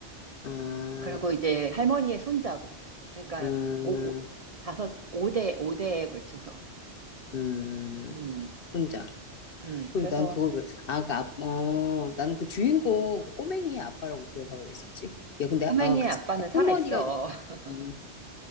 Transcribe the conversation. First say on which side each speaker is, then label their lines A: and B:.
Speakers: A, on the left; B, on the right.
A: 아,
B: 그리고 이제 할머니의 손자고. 그러니까
A: 음,
B: 오, 오, 다섯, 오대오대에 걸쳐서.
A: 음,
B: 음.
A: 혼자.
B: 음,
A: 그리고
B: 그래서
A: 난 그걸 왜, 아, 그, 아, 어, 나는 그 주인공, 그 꼬맹이의 아빠라고 기억하고 있었지. 야, 근데,
B: 꼬맹이의
A: 아, 그치.
B: 아빠는 살아있어.
A: 할머니가,
B: <laughs>
A: 음,